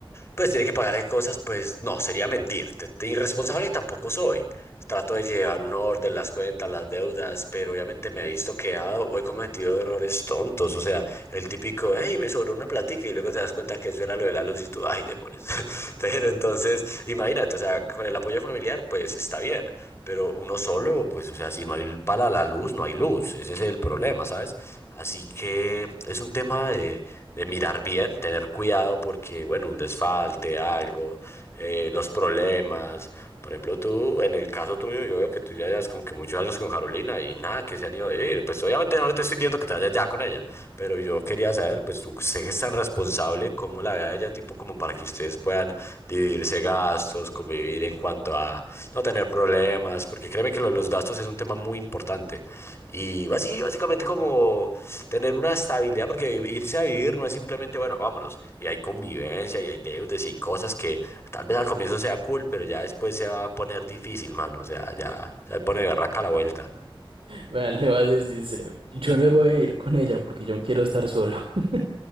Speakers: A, on the left (about 30°); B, on the right (about 80°).
A: pues, tiene que pagar esas cosas, pues, no, sería mentirte. Te- Irresponsable tampoco soy. Trato de llevar un orden, las cuentas, las deudas, pero obviamente me he visto quedado o he cometido errores tontos. O sea, el típico, hey, me sobró una platica y luego te das cuenta que eso era lo de la luz y tú, ay, demonios. <laughs> <laughs> Pero entonces, imagínate, o sea, con el apoyo familiar, pues está bien, pero uno solo, pues, o sea, si no hay para la luz, no hay luz, ese es el problema, ¿sabes? Así que es un tema de, de mirar bien, tener cuidado porque, bueno, un desfalte, algo, eh, los problemas. Por ejemplo, tú, en el caso tuyo, yo veo que tú ya llevas como que muchos años con Carolina y nada, que se han ido a vivir. Pues obviamente no te estoy diciendo que te vayas ya con ella, pero yo quería saber, pues tú sé que es tan responsable, cómo la vea ella, tipo como para que ustedes puedan dividirse gastos, convivir en cuanto a no tener problemas, porque créeme que lo de los gastos es un tema muy importante. Y así, básicamente como tener una estabilidad, porque irse a vivir no es simplemente, bueno, vámonos, y hay convivencia, y hay deudas, y hay cosas que Tal vez al comienzo sea cool, pero ya después se va a poner difícil, mano. O sea, ya se pone berraca la vuelta.
B: Vean, le voy a ser sincero. Yo no me voy a ir con ella porque yo quiero estar solo. <laughs>